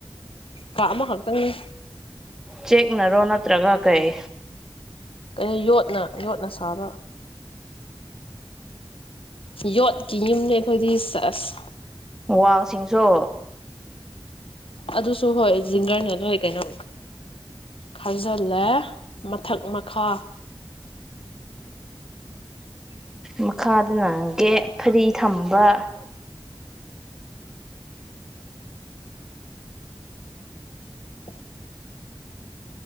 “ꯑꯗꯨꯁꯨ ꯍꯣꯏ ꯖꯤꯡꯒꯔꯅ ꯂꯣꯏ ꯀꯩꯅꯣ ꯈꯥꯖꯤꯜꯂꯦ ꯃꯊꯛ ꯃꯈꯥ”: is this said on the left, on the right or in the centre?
Left